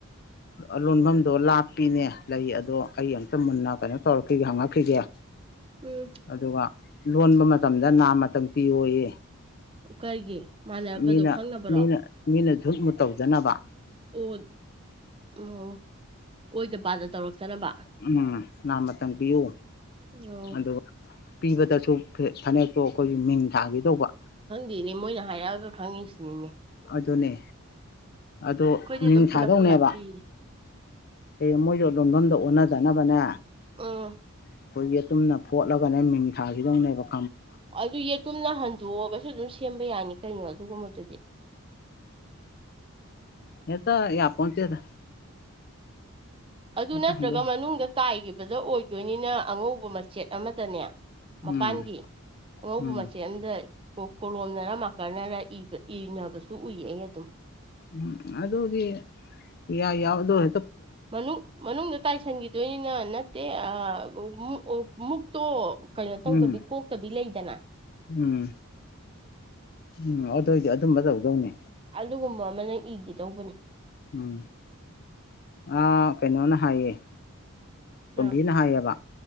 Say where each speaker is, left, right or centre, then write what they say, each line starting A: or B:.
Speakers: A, on the left (about 45°); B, on the right (about 25°).
A: ꯑ ꯂꯣꯟꯐꯝꯗꯣ ꯂꯥꯞꯄꯤꯅꯦ ꯂꯩ ꯑꯗꯣ ꯑꯩ ꯇ ꯃꯨꯅꯥ ꯀꯩꯅꯣ ꯇꯧꯔꯛꯈꯤꯒꯦ ꯍꯪꯉꯛ ꯈꯩꯗ
B: ꯎꯝ
A: ꯑꯗꯨꯒ ꯂꯣꯟꯕ ꯃ ꯃꯇꯝꯗ ꯅꯥꯝꯃꯇꯪ ꯄꯤꯌꯣꯌꯦ
B: ꯀꯩꯒꯤ ꯃꯥꯟꯅꯕꯗꯣ
A: ꯃꯤꯅ
B: ꯈꯪꯅꯕꯔꯣ
A: ꯃꯤꯅ ꯃꯤꯅ ꯖꯨꯠ ꯃꯨꯠ ꯇꯧꯗꯅꯕ
B: ꯑꯣꯠ ꯎꯝ ꯑꯣꯏꯗ ꯄꯥꯗ ꯇꯧꯔꯛꯇꯅꯕ
A: ꯎꯨꯝ ꯅꯥꯃꯇꯪ ꯄꯤꯌꯨ
B: ꯑꯣ
A: ꯑꯗꯨꯒ ꯄꯤꯕꯗꯁꯨ ꯐꯅꯦꯛꯇꯣ ꯑꯩꯈꯣꯏꯒꯤ ꯃꯤꯡ ꯊꯥꯒꯦ ꯇꯧꯕ
B: ꯗꯦꯅꯦ ꯃꯣꯏꯅ ꯍꯥꯏꯔꯛꯑꯒ ꯈꯪꯉꯤꯁꯤꯅꯤꯅꯦ
A: ꯑꯗꯨꯅꯦ ꯑꯗꯣ
B: ꯑꯩꯈꯣꯏꯗꯤ
A: ꯃꯤꯡ
B: ꯑꯗꯨꯝ
A: ꯊꯥꯗꫭꯛꯅꯦꯕ
B: ꯄꯨꯂꯞ ꯄꯨꯂꯞ ꯄꯤꯅꯦ
A: ꯍꯌꯦꯡ ꯃꯣꯏ <unintelligible> ꯂꯣꯟꯐꯝꯗꯣ ꯑꯣꯟꯅꯗꯅꯕꯅꯦ
B: ꯎꯨꯝ
A: ꯑꯩꯈꯣꯏꯒꯤ ꯇꯨꯝꯅ ꯐꯣꯠꯂꯒꯅꯦ ꯃꯤꯡ ꯊꯥꯒꯤꯗꯧꯅꯦꯕ
B: ꯑꯗꯨ ꯌꯦꯇꯨꯝꯅ ꯍꯟꯗꯣꯛꯑꯕꯁꯨ ꯑꯗꯨꯝ ꯁꯦꯝꯕ ꯌꯥꯅꯤ ꯀꯩꯅꯣ ꯑꯗꯨꯒꯨꯝꯕꯗꯨꯗꯤ
A: ꯍꯦꯛꯇ ꯌꯥꯄꯣꯟꯇꯦꯗ
B: ꯑꯗꯨ
A: ꯍꯦꯛꯇ
B: ꯅꯠꯇ꯭ꯔꯒ
A: ꯍꯟꯗꯣꯛ
B: ꯃꯅꯨꯡꯗ ꯇꯥꯏꯒꯤꯕ ꯕꯗ ꯑꯣꯏꯗꯣꯏꯅꯤꯅ ꯑꯉꯧꯕ ꯃꯆ ꯁꯦꯠ ꯑꯃꯗꯅꯦ
A: ꯎꯝ
B: ꯃꯄꯥꯟꯒꯤ ꯑꯉꯧꯕ
A: ꯎꯝ
B: ꯃꯆꯦꯠ ꯑꯃꯅ ꯀꯣꯂꯣꯝꯅꯔ ꯃꯥꯀꯟꯅꯔ ꯏ ꯏꯅꯕꯁꯨ ꯎꯏꯌꯦ ꯑꯩ ꯑꯗꯨꯝ
A: ꯎꯝ ꯑꯗꯨꯗꯤ ꯌꯥ ꯌꯥꯎꯗꯣ ꯍ
B: ꯃꯅꯨꯡ ꯃꯅꯨꯡꯗ ꯇꯥꯏꯁꯤꯟꯈꯤ ꯗꯣꯏꯅꯤꯅ ꯅꯠꯇꯦ ꯑ ꯃꯨꯛ ꯑ ꯃꯨꯛꯇꯣ ꯀꯩꯅꯣ ꯇꯧꯗꯕꯤ
A: ꯎꯝ
B: ꯀꯣꯛꯇꯕꯤ ꯂꯩ ꯀꯅꯥ
A: ꯎꯝ ꯎꯝ ꯑꯗꯨ ꯑꯣꯏꯗꯤ ꯑꯗꯨꯝꯕ ꯇꯧꯗꯧꯅꯤ
B: ꯑꯗꯨꯒꯨꯝꯕ ꯑꯃꯅꯪ ꯏꯒꯦ ꯇꯧꯕꯅꯦ
A: ꯎꯝ ꯑꯥ ꯀꯩꯅꯣꯅ ꯍꯥꯏꯌꯦꯑꯌꯦ ꯀꯣꯝꯕꯤꯅ
B: ꯑꯥ
A: ꯍꯥꯏꯌꯦꯕ